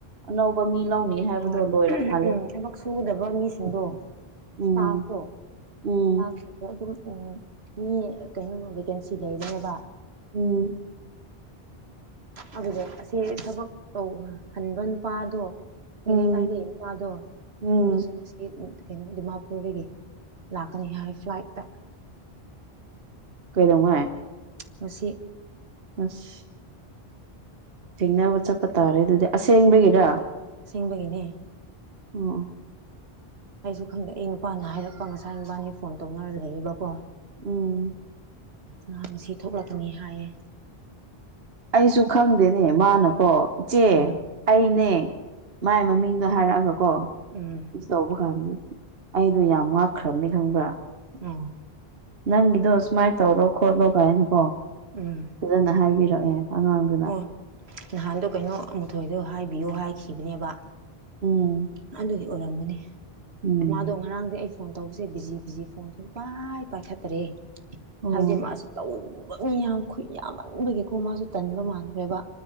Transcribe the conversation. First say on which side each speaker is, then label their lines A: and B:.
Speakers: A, on the right (about 70°); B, on the right (about 85°).
A: ꯑꯅꯧꯕ ꯃꯤ ꯂꯧꯅꯤ ꯍꯥꯏꯕꯗꯣ
B: ꯍꯣꯏ
A: ꯂꯣꯏꯔ ꯃꯥꯜꯂꯦ
B: ꯎꯝ ꯊꯕꯛ ꯁꯨꯒꯗꯕ ꯃꯤꯁꯤꯡꯗꯣ
A: ꯎꯝ
B: ꯁꯇꯥꯐꯇꯣ
A: ꯎꯝ
B: ꯁꯐ ꯑꯗꯣ ꯑꯗꯨꯝ ꯎꯝ ꯃꯤ ꯀꯩꯅꯣ ꯕꯦꯀꯦꯟꯁꯤ ꯂꯩꯕꯅꯦꯕ
A: ꯎꯝ
B: ꯑꯗꯨꯗꯣ ꯑꯁꯦ ꯊꯕꯛ ꯇꯧꯍꯟꯕ ꯅꯨꯄꯥꯗꯣ ꯑꯩꯈꯣꯏ
A: ꯎꯝ
B: ꯂꯩꯀꯥꯏꯗ ꯅꯨꯀꯥꯗꯣ
A: ꯎꯝ
B: ꯑꯗꯨꯁꯨ ꯉꯁꯤ ꯀꯩꯅꯣ ꯗꯤꯃꯥꯄꯨꯔꯗꯒꯤ ꯂꯥꯛꯀꯅꯤ ꯍꯥꯏ ꯐ꯭ꯂꯥꯏꯠꯇ
A: ꯀꯩꯗꯧꯉꯥꯏ
B: ꯃꯁꯤꯁꯤ
A: ꯑꯁ ꯊꯦꯡꯅꯕ ꯆꯠꯄ ꯇꯥꯔꯦ ꯑꯗꯨꯗꯤ ꯑꯁꯦꯡꯕꯒꯤꯔ
B: ꯁꯤꯁꯤꯡꯕꯒꯤꯅꯦ
A: ꯑꯣ
B: ꯑꯩꯁꯨ ꯈꯪꯗꯦ ꯑꯩ ꯅꯨꯄꯥꯅ ꯍꯥꯏꯔꯛꯄ ꯉꯁꯥꯏ ꯅꯨꯄꯥꯅꯤ ꯐꯣꯟ ꯇꯧꯅꯔ ꯂꯩꯕꯀꯣ
A: ꯎꯝ
B: ꯉꯍ ꯑꯁꯤ ꯊꯣꯛꯂꯛꯀꯅꯤ ꯍꯥꯏꯌꯦ
A: ꯑꯩꯁꯨ ꯈꯪꯗꯦꯅꯦ ꯃꯥꯅꯀꯣ ꯏꯆꯦ
B: ꯎꯝ
A: ꯑꯩꯅꯦ ꯃꯥꯏ ꯃꯃꯤꯡꯗꯣ ꯍꯥꯏꯔꯛꯑꯒꯀꯣ
B: ꯎꯝ
A: ꯇꯧꯕ ꯀꯥꯟꯗꯤ ꯑꯩꯗꯣ ꯌꯥꯝ ꯉꯛꯈ꯭ꯔꯕꯅꯤ ꯈꯪꯕ꯭ꯔꯥ
B: ꯑ
A: ꯅꯪꯒꯤꯗꯣ ꯁꯨꯃꯥꯏꯅ ꯇꯧꯔꯣ ꯈꯣꯠꯂꯣ ꯀꯥꯏꯅꯀꯣ
B: ꯎꯝ
A: ꯐꯖꯅ ꯍꯥꯏꯕꯤꯔꯛꯑꯦ ꯑꯉꯥꯡꯗꯨ
B: ꯑꯣ ꯅꯍꯥꯟꯗꯣ ꯀꯩꯅꯣ ꯑꯃꯨꯊꯣꯏꯗꯣ ꯍꯥꯏꯕꯤꯌꯨ ꯍꯥꯏꯈꯤꯕꯅꯦꯕ
A: ꯎꯝ
B: ꯑꯗꯨꯒꯤ ꯑꯣꯏꯔꯝꯒꯅꯦ
A: ꯎꯝ
B: ꯃꯥꯗꯣ ꯉꯔꯥꯡꯗꯤ ꯑꯩ ꯐꯣꯟ ꯇꯧꯕꯁꯦ ꯕꯤꯖꯤ ꯕꯤꯖꯤ ꯐꯣꯟ ꯁꯨꯝ ꯄꯥꯏ ꯄꯥꯏꯈꯠꯇ꯭ꯔꯦ
A: ꯑꯣ
B: ꯍꯥꯏꯕꯗꯤ ꯃꯥꯁꯨ ꯇꯧꯕ ꯃꯤ ꯌꯥꯝ ꯈꯨ ꯌꯥꯝꯃꯟꯕꯒꯤꯀꯣ ꯃꯥꯁꯨ ꯇꯟꯕ ꯃꯥꯟꯈ꯭ꯔꯦꯕ